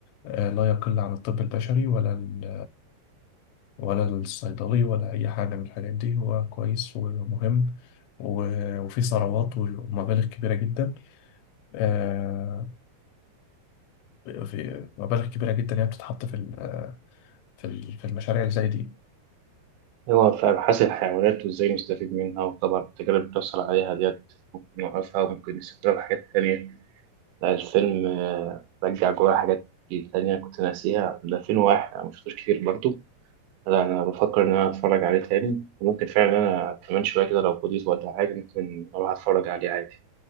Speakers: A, on the left; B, on the right.
A: آه، لا يقل عن الطب البشري ولا ال- ولا الصيدلي ولا أي حاجة من الحاجات دي هو كويس ومهم و- وفي ثروات ومبالغ كبيرة جدا آه، في مبالغ كبيرة جدا هي بتتحط في ال- في ال- في المشاريع اللي زي دي
B: هو فاهم حاسب الحيوانات وإزاي نستفيد منها وطبعا التجارب اللي بتحصل عليها ديت ممكن نوقفها وممكن نستفيد حاجات تانية لا الفيلم آه، رجع جوايا حاجات كتير تانية كنت ناسيها ده فين واحد أنا مشفتوش كتير برضو لا أنا بفكر إن أنا أتفرج عليه تاني وممكن فعلا أنا كمان شوية كده لو فضيت ولا حاجة ممكن أروح أتفرج عليه عادي.